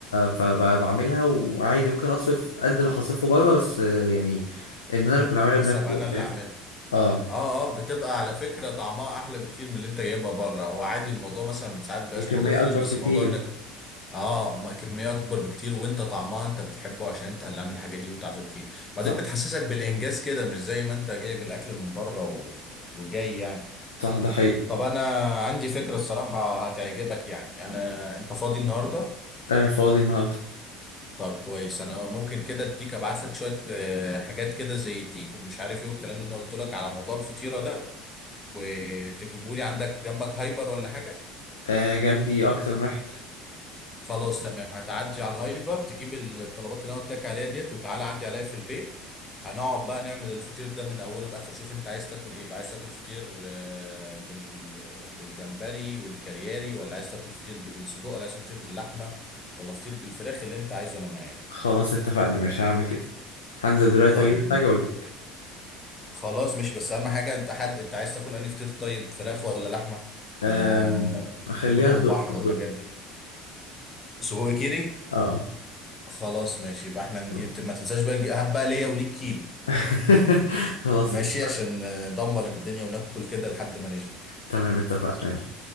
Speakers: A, on the left (about 80°); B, on the left (about 25°).
A: فبعملها وعادي ممكن أصرف قد اللي هصرفه بره بس آه، يعني إن أنا كنت أعملها
B: بس
A: بنفسي
B: ابقى
A: بقى
B: انا اللي
A: فاهم
B: اعملها
A: أه
B: اه اه بتبقى على فكرة طعمها احلى بكتير من اللي انت جايبها بره هو عادي الموضوع مثلا ساعات بيبقاش
A: وكمية
B: موضوع فلوس
A: أكبر
B: بس
A: كتير
B: موضوع انك اه ما كمية اكبر بكتير وانت طعمها انت بتحبه عشان انت اللي عامل الحاجة دي وتعبان فيه وبعدين
A: صح
B: بتحسسك بالانجاز كده مش زي ما انت جايب الاكل من بره و... وجاي يعني
A: صح ده حقيقي
B: طب انا عندي فكرة الصراحة هتعجبك يعني انا انت فاضي النهاردة
A: آه فاضي النهاردة
B: طب كويس انا ممكن كده اديك ابعت لك شوية آه، حاجات كده زي دي ومش عارف ايه والكلام اللي انا قلت لك على موضوع الفطيرة ده وتجيبوا لي عندك جنبك هايبر ولا حاجه
A: آه جنبي أكتر من واحد
B: خلاص تمام هتعدي على الهايبر تجيب الطلبات اللي انا قلت لك عليها ديت وتعالى عدي عليا في البيت هنقعد بقى نعمل الفطير ده من اوله لاخره شوف انت عايز تاكل ايه بقى عايز تاكل فطير آه، بال بالجمبري والكارياري ولا عايز تاكل فطير بالسجق ولا عايز تاكل فطير باللحمه ولا فطير بالفراخ اللي انت عايزه انا معاك
A: خلاص اتفقنا مش هعمل كده هنزل دلوقتي
B: طيب
A: وأجيب الحاجة وأجي
B: خلاص مش بس اهم حاجه انت حد انت عايز تاكل انهي فطير طيب فراخ ولا لحمه ولا
A: أم... أخليها
B: لحوم
A: صدق
B: بحر
A: صدق
B: والحاجات دي سجق كيري
A: أه
B: خلاص ماشي يبقى احنا نجي...
A: خلاص
B: ما تنساش بقى نجي- هات بقى ليا وليك كيلو
A: <laughs> خلاص
B: ماشي
A: اتفقنا.
B: عشان آه، ندمر الدنيا وناكل كده لحد ما نشبع
A: تمام اتفقنا يلا